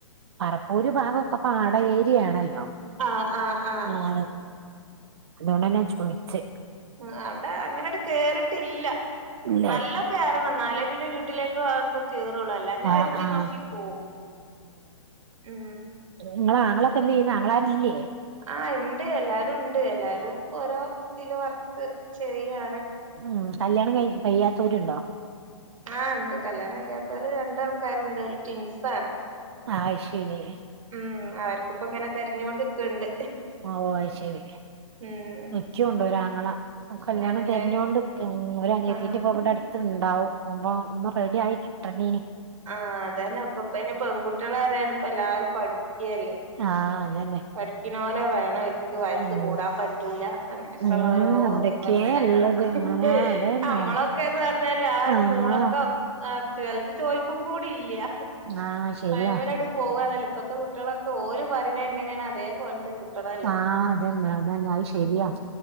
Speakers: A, on the right; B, on the right.
A: പറപ്പൂര് ഭാഗംക്കെ പാട ഏരിയാണല്ലോ
B: ആഹ ആഹ ആഹ
A: ആഹ് അതുകൊണ്ട് തന്നാ ചോദിച്ചേ
B: ഉ അവിടെ അങ്ങനെട്ട കേറിട്ടില്ല
A: ഉ
B: നല്ല കയറണം എന്നാലേ പിന്നെ വീട്ടിലേക്ക്തക്കെ കേയറുള്ളല്ല ഞാൻ
A: ആഹ്
B: എത്തി
A: ആഹ്
B: നോക്കി പോകവും ഉം
A: നിങ്ങളാങ്ങളൊക്കെ എന്ത് ചെയ്യുന്നാങ്ങളാര ഇല്ലേ
B: ആഹ് ഉണ്ട് എല്ലാരും ഉണ്ട് എല്ലാരും ഓരോ ഇതില് വർക്ക് ശരിയാണ്
A: ഉം കല്യാണം കഴിയാത്തവരുണ്ടോ
B: ആഹ ഉണ്ട് കല്യാണം കഴിയാത്തല് രണ്ട ആൾക്കാരുണ്ട് ട്വിൻസ്സാണ്
A: അത് ശരി
B: ഉം അവർക്കിപ്പോ ഇങ്ങനെ തതിരഞ്ഞുകൊണ്ടിക്കണ്ട്
A: ഓ ശരി
B: ഉം
A: നിക്കുംണ്ടോ ഒരാങ്ങള കല്യാണം
B: ആണ്ല്ലേ
A: തെരഞ്ഞോണ്ട് നിക്കാണ് ഒരു അനിയത്തിന്റെ
B: ആഹ്
A: ഇപ്പൊ ഇവിടെ അടുത്തുണ്ടാവും മുമ്പ ഇന്ന് റെഡി ആയിട്ടി ഇട്ടീനി
B: ആഹ് അതന്നെ ഇപ്പപ്പ ഇനി പെൺകുട്ടികള അറിയാണ്പ്പ എല്ലാരും പഠിക്കുകല്ലേ
A: ആഹ് അതന്നെ
B: പഠിക്കുന്ന പോലെ വേണം എനിക്ക് വയസ്
A: ഉം
B: കൂടാൻ പറ്റൂല അങ്ങനെയൊക്കെള്ളരോ-
A: ഉം എന്തൊക്കെയാ
B: <unintelligible>
A: ഇള്ളത് ആഹ് അതന്നെ
B: നമ്മളൊക്കെ - അതേല്ലേ ആ ഒരു
A: ആഹ്
B: മൂളൊക്കെ ആ ചലത് ചോയ്ക്കും കൂടി ഇല്ല
A: ആഹ് ശരിയാ
B: കൈ്മല അവിട് പോവന്നല്ല ഇപ്പഴത്തെ കുട്ടികളൊക്കെ ഒരുഓര് പരിണ എങ്ങനെയാണ് അതേപോലത്തെ കിട്ടണല്ലോ
A: ആഹ അതന്നെ അതന്നെ അത്‌ ശരിയാ
B: ഉം